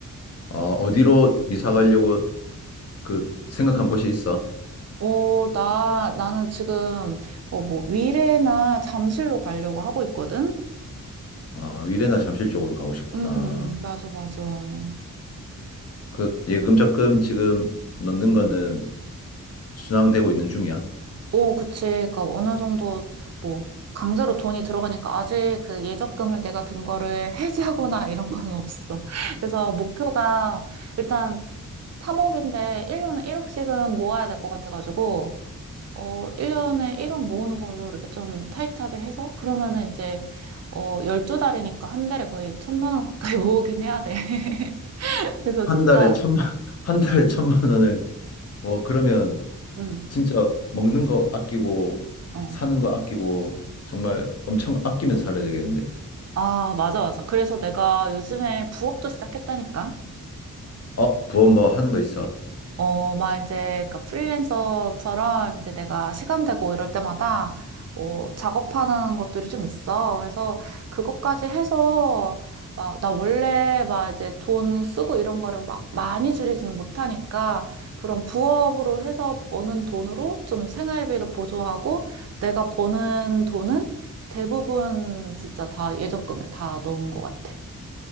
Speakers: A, on the left; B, on the right.
A: 어, 어디로 이사 가려고 그 생각한 곳이 있어?
B: 어, 나, 나는 지금, 어, 뭐, 위례나 잠실로 가려고 하고 있거든?
A: 아, 위례나 잠실 쪽으로 가고 싶구나.
B: 음, 맞아, 맞아.
A: 그 예금 적금 지금 넣는 거는 순항되고 있는 중이야?
B: 오, 그치. 그러니까 어느 정도, 뭐, 강제로 돈이 들어가니까 아직 그 예적금을 내가 든 거를 <laughs> 해지하거나 이런 건 없어. 그래서 목표가 일단 3억인데 1년에 1억씩은 모아야 될 것 같아가지고, 어, 1년에 1억 모으는 걸로 이렇게 좀 타이트하게 해서, 그러면은 이제, 어, 12달이니까 한 달에 거의 천만 원 가까이 <laughs> 모으긴 해야 돼. <laughs> 그래서
A: 한
B: 진짜,
A: 달에 천만, <laughs> 한 달에 천만 원을, 어, 그러면
B: 응,
A: 진짜 먹는 거 아끼고,
B: 어.
A: 사는 거 아끼고, 정말 엄청 아끼면서 살아야 되겠는데.
B: 아, 맞아, 맞아. 그래서 내가 요즘에 부업도 시작했다니까?
A: 어, 부업 뭐 하는 거 있어?
B: 어, 막 이제, 그 프리랜서처럼 이제 내가 시간 되고 이럴 때마다 뭐 작업하는 것들이 좀 있어. 그래서 그것까지 해서 막, 나 원래 막 이제 돈 쓰고 이런 거를 막 많이 줄이지는 못하니까 그런 부업으로 해서 버는 돈으로 좀 생활비를 보조하고 내가 버는 돈은 대부분 진짜 다 예적금에 다 넣은 것 같아.